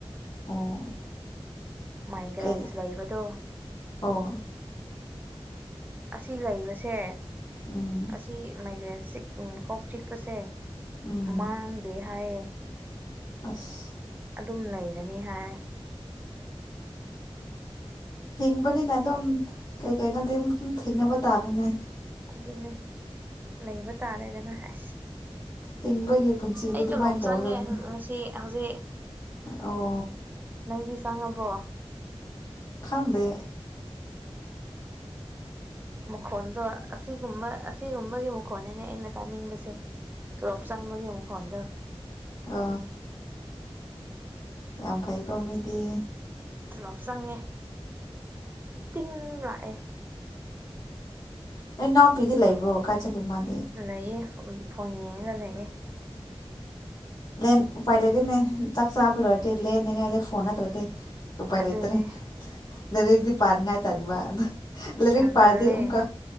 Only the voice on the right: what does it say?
ꯃꯥꯏꯒ꯭ꯔꯦꯟꯁ
ꯂꯩꯕꯗꯣ
ꯑꯁꯤ ꯂꯩꯕꯁꯦ
ꯑꯁꯤꯁꯤ ꯃꯥꯏꯒ꯭ꯔꯦꯟ ꯀꯣꯛ ꯆꯤꯛꯄꯁꯦ
ꯃꯥꯡꯗꯦ ꯍꯥꯏꯌꯦ
ꯑꯗꯨꯝ ꯂꯩꯔꯅꯤ ꯍꯥꯏ
ꯑꯗꯨꯅꯦ ꯂꯩꯕ ꯇꯥꯔꯦꯗꯅ ꯍꯥꯏꯁ
ꯑꯩ
ꯇꯣꯂꯣꯞ
ꯆꯪꯉꯦꯖꯤꯛ ꯉꯁꯤ ꯍꯧꯖꯤꯛ
ꯅꯪꯗꯤ ꯆꯪꯉꯕꯣ
ꯃꯈꯣꯟꯗꯣ ꯑꯁꯤꯒꯨꯝꯕ ꯑꯁꯤꯒꯨꯝꯕꯒꯤ ꯃꯈꯣꯟꯅꯤꯅꯦ ꯑꯩꯅ ꯇꯥꯅꯤꯡꯕꯁꯦ ꯇꯣꯂꯣꯞ ꯆꯪꯕꯒꯤ ꯃꯈꯣꯟꯗꯣ
ꯄꯨꯂꯞ ꯆꯪꯉꯦ ꯇꯤꯡ ꯂꯥꯛꯑꯦ
ꯂꯩꯌꯦ ꯐꯣꯟ ꯌꯦꯡꯉꯒ ꯂꯩꯌꯦ
ꯑꯗꯨꯅꯦ
ꯑꯁ
ꯌꯥꯝ
ꯇꯜꯂꯦ